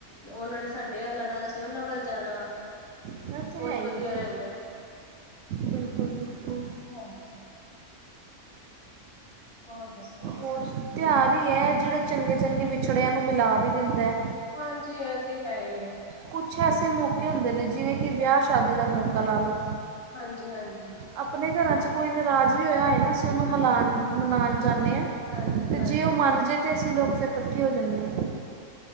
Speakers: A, on the left; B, on the right.
A: ਉਹਨਾਂ ਨੇ ਸਾਡੇ ਵਲ ਆਣਾ ਅਸੀਂ ਉਹਨਾਂ ਵੱਲ ਜਾਣਾ
B: ਅ ਤਾ
A: ਬਹੁਤ
B: ਹੈ
A: ਵਧੀਆ
B: ਹੀ ਜੀ
A: ਰਹਿੰਦਾ ਹੈ।
B: ਬਿਲਕੁਲ ਬਿਲਕੁਲ
A: ਹਾਂਜੀ ਹੋਰ ਦੱਸੋ?
B: ਹੋਰ, ਤਿਉਹਾਰ ਈ ਏ, ਜਿਹੜੇ ਚੰਗੇ ਚੰਗੇ ਵਿਛੜਿਆਂ ਨੂੰ ਮਿਲਾ ਵੀ ਦਿੰਦਾ।
A: ਹਾਂਜੀ ਇਹ ਤੇ ਹੈ ਈਏ।
B: ਕੁਛ ਐਸੇ ਮੌਕੇ ਹੁੰਦੇ ਨੇ ਜਿਵੇਂ ਕਿ ਵਿਆਹ ਸ਼ਾਦੀ ਦਾ ਮੌਕਾ ਲਾ ਲਉ
A: ਹਾਂਜੀ ਹਾਂਜੀ
B: ਆਪਣੇ ਘਰਾਂ 'ਚ ਕੋਈ ਨਰਾਜ਼ ਵੀ ਹੋਇਆ ਹੋਏ, ਨਾ ਅਸੀਂ ਉਹਨੂੰ ਮਿਲਾਉਣ, ਮਨਾਉਣ ਜਾਂਦੇ ਹਾਂ।
A: ਹਾਂਜੀ
B: ਤੇ,
A: ਹਾਂਜੀ
B: ਜੇ ਉਹ ਮੰਨ ਜੇ, ਤੇ, ਅਸੀਂ ਲੋਕ ਫਿਰ ਇਕੱਠੇ ਹੋ ਜਾਂਨੇ ਹਾਂ।